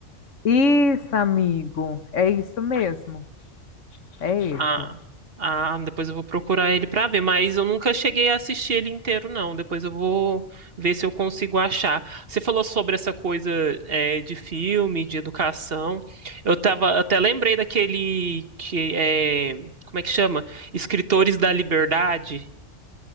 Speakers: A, on the left (about 85°); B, on the right (about 55°).
A: Isso, amigo, é isso mesmo, é esse.
B: Ah, ah, depois eu vou procurar ele pra ver, mas eu nunca cheguei a assistir ele inteiro, não. Depois eu vou ver se eu consigo achar. Você falou sobre essa coisa, é, de filme, de educação. Eu tava, até lembrei daquele que é, como é que chama? Escritores da Liberdade